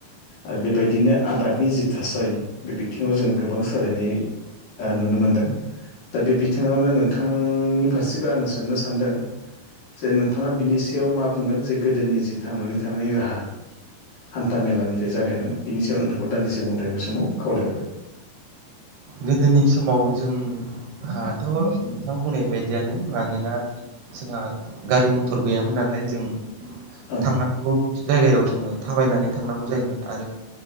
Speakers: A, on the left; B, on the right.
A: आरो बेबायदिनो आबाद नि जि थासारि बे बिथिङाव जोङो गोबां सोलायनाय ओ नुनो मोनदों दा बे बिथिङावनो नोंथांनि फारसेबो आं सोंनो सानदों जे नोंथाङा बिनि सायाव मा बुंगोन जे गोदोनि जिे थांनानै थानायनि राहा हान्था मेलानिफ्राय जागायनानै बिनि सायाव नोंथांखौ दान्दिसे बुंथाय बे समाव खावलायहरबाय
B: गोदोनि समाव जोंहाथ' नोंथां बुंनाय बायदियानो मानोना जोंहा गारि मथर गैयामोन नालाय जों
A: ओं
B: थांनांगौ जायगायाव जोङो थाबायनानै थांनांगौ जायोमोन आरो